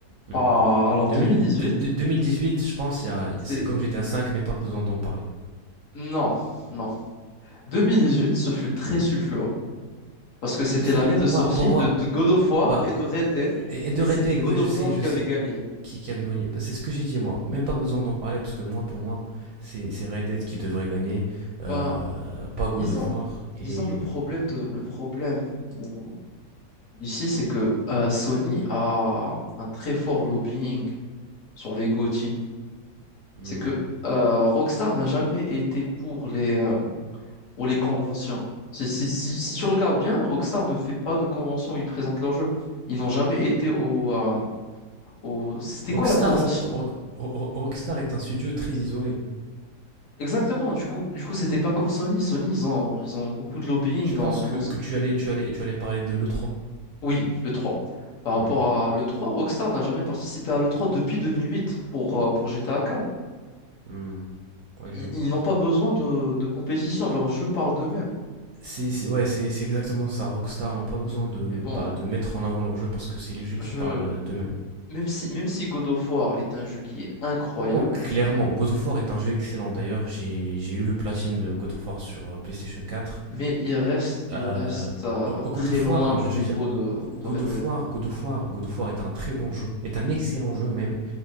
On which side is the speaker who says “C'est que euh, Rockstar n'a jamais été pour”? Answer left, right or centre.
Left